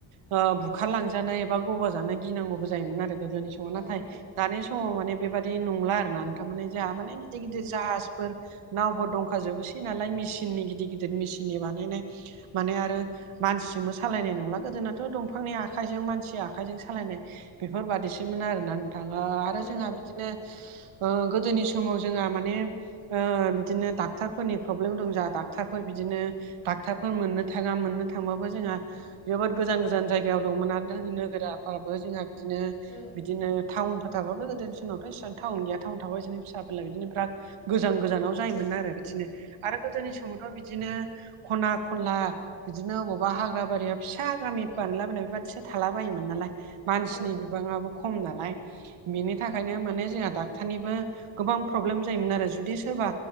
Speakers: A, on the right; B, on the left.
A: ओ बुखार लांजानाय एबा गबा जानाय गिनांगौबो जायोमोन आरो गोदोनि समाव
B: औ
A: नाथाय दानि समाव माने बेबादि नंला आरोना थारमाने जोंहा माने
B: औ
A: गिदिर
B: उम
A: गिदिर जाहाजफोर नावफोर दंखाजोबोसै नालाय मिसिननि गिदिर गिदिर मिसिननि बानायनाय माने आरो मानसिजोंबो सालायनाय नंला गोदोनाथ' दंफांनि आखाइजों मानसि आखाइजों सालायनाय बेफोरबादिसोमोन आरोना नोंथां ओ आरो
B: औ
A: जोंहा बिदिनो ओ गोदोनि समाव जोंहा माने ओ बिदिनो डाक्टरफोरनि प्रब्लेम दं जाहा डाक्टरफोर बिदिनो डाक्टारफोर मोननो थाङा मोननो थांबाबो जोंहा जोबोद गोजान गोजान जायगायाव दंमोन आरो नोगोराफोराबो जोंहा बिदिनो
B: औ
A: बिदिनो टाउफोर थाब गोदोनि सानावथ' इसां टाउन गैया थाउ थावा एसे एनै बिदिनो फिसा फेरला बिदिनो बिराग गोजान गोजानाव जायोमोन आरो बिदिनो आरो गोदोनि
B: औ
A: समावथ' बिदिनो खना खनला बिदिनो अबावबा हाग्रा बारियाव फिसा गामि बानाला बायना बेबादिसो थाला बायोमोन नालाय मानसिनि
B: औ
A: बिबांआबो खम नालाय बिनि थाखायनो माने जोंहा डाक्टरनिबो गोबां प्रब्लेम जायोमोन आरो जुदि सोरबा